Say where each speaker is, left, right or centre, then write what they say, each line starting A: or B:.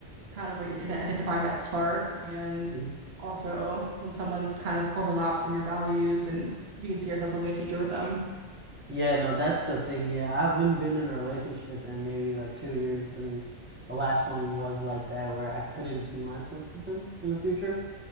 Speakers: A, on the right; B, on the right.
A: kind of like ident- identifying that spark and
B: Mm-hmm.
A: also when someone's kind of overlaps in your values and you can see yourself building a future with them.
B: Yeah, no, that's the thing. Yeah, I haven't been in a relationship in maybe like two years, and the last one was like that, where I couldn't see myself with them in the future,